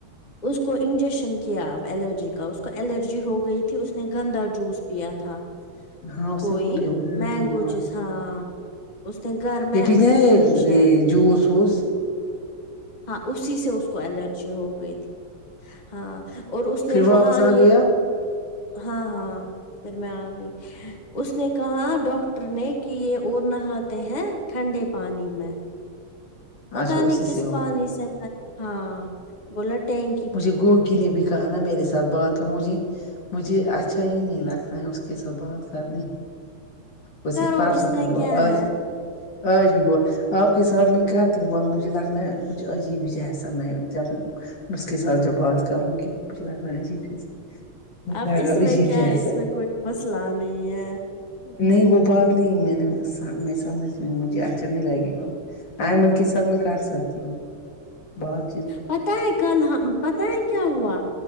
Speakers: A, on the left; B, on the left.
A: اس کو انجیکشن کیا اب الرجی کا اس کو الرجی ہو گئی تھی اس نے گندا جوس پیا تھا
B: ہاں اس
A: کوئی
B: نے بولا یہ
A: مینگو
B: بیمار
A: جس ہاں اس نے گھر میں
B: یہ پیتے
A: تھی
B: نا یہ
A: نہیں شاید
B: یہ جوس ووس
A: ہاں اسی سے اس کو الرجی ہوگی تھی ہاں اور اس نے
B: پھر
A: کہا
B: واپس
A: یہ
B: آ گیا
A: ہاں ہاں پھر میں آ گئی اس نے کہا ڈاکٹر نے کہ یہ اور نہاتے ہیں ٹھنڈے پانی میں پتا
B: اچھا اسی
A: نہیں کس
B: سے ہوگا
A: پانی سے نہایا ہاں بولا ٹینک
B: مجھے گوگی نے بھی کہا نا میرے ساتھ بات کروں مجھے مجھے اچھا ہی نہیں لگتا ہے اس کے ساتھ بات کرنے بس
A: کرو
B: ایک پارسو
A: اس
B: بھی
A: میں
B: بول
A: کیا
B: آج
A: ہے
B: آج بھی بول آپ کے ساتھ میں کرتی ہوں مجھے لگرہا ہے کچھ عجیب ہی جیسا میں جب اسکے ساتھ جب بات کرونگی مجھے لگرہا ہے عیب جیس مجھے
A: اب
B: لگرہا
A: اس میں
B: عجیب
A: کیا
B: جیس
A: اس
B: ہے
A: میں کوئی مسئلہ نہیں ہے
B: نہیں وہ بات نہیں میں نے میں سمجھ مجھے اچھا نہیں لگے گا آئمن کے سب میں کر سکتی ہوں بہت
A: پتا ہے کل ہم پتا ہے کیا ہوا